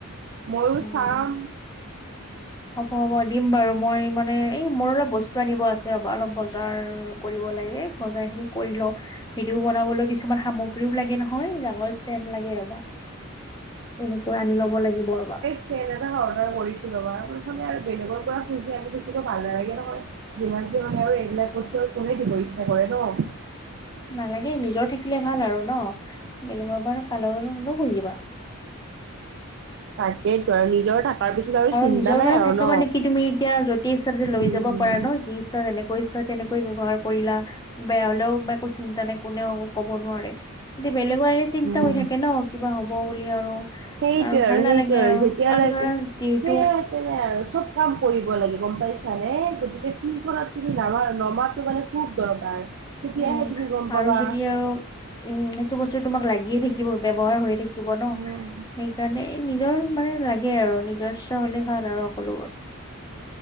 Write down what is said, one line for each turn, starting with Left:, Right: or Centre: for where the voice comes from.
Right: ময়ো
Left: উম
Right: চাম।
Left: হ'ব হ'ব দিম বাৰু, মই মানে এই মোৰ অলপ বস্তু আনিব আছে ৰ'বা অলপ বজাৰ কৰিব লাগে। বজাৰখিনি কৰি লও, ভিডিঅ' বনাবলৈ কিছুমান সামগ্ৰীও লাগে নহয়, ডাঙৰ ষ্টেন লা গে ৰবা, তেনেকোৱা আনি লব লাগিব ৰবা
Right: ষ্টেন এটা অৰ্ডাৰ কৰিছো ৰবা নহ'লে আৰু বেলেগৰ পৰা খুজি আনি থাকিব ভাল নালাগে নহয়। যিমান যি মানে আৰু এইবিলাক বস্তু আৰু কোনে দিব ইচ্ছা কৰে ন?
Left: নালাগে নিজৰ থাকিলে ভাল আৰু ন? বেলেগৰ পৰা কালনো খুজিবা।
Right: তাকেইটো আৰু নিজৰ থাকাৰ পিছত আৰু চিন্তা
Left: নিজৰ
Right: নাই
Left: মানে
Right: আৰু
Left: থাকা
Right: ন।
Left: মানে কি তুমি এতিয়া য'তেই ইচ্ছা লৈ
Right: উম
Left: যাব পাৰা ন, যি ইচ্ছা যেনেকৈ ইচ্ছা তেনেকৈ ব্যৱহাৰ কৰিলা। বেয়া হলেও একো চিন্তা নাই, কোনেও কব নোৱাৰে কিন্তু বেলেগৰ এনে চিন্তা
Right: উম
Left: হৈ থাকে ন? কিবা হ'ব বুলি আৰু।
Right: সেইটোৱে আৰু
Left: ভাল নালাগে
Right: সেইটো আৰু যেতিয়া লাগে,
Left: ধৰা যিহেতু
Right: সেইয়াতে তে আৰু চব কাম কৰিব লাগে গম পাইছানে গতিকে ফিল্ডখনত তুমি নামা নমাটো মানে খুব দৰকাৰ। তেতিয়াহে
Left: উম
Right: তুমি গম পাবা
Left: আৰু যদি আৰু উম সেইটো বস্তু তোমাক লাগিয়ে থাকিব ব্যৱহাৰ হৈয়ে থাকি থাকিব ন,
Right: উম
Left: সেইকাৰণে নিজৰ মানে লাগে আৰু নিজস্ব হলে ভাল আৰু সকলোবোৰ।